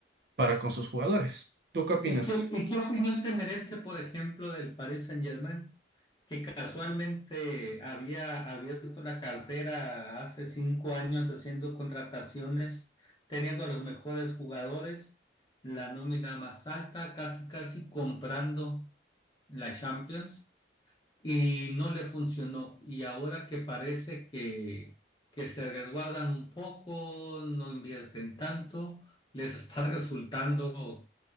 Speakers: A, on the right; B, on the left.
A: para con sus jugadores. ¿Tú qué opinas?
B: ¿Y qué, y qué opinión te merece, por ejemplo, del Paris Saint-Germain, que casualmente había abierto la cartera hace cinco años haciendo contrataciones, teniendo a los mejores jugadores, la nómina más alta, casi casi comprando la Champions, y no le funcionó. Y ahora que parece que, que se resguardan un poco, no invierten tanto, les está <laughs> resultando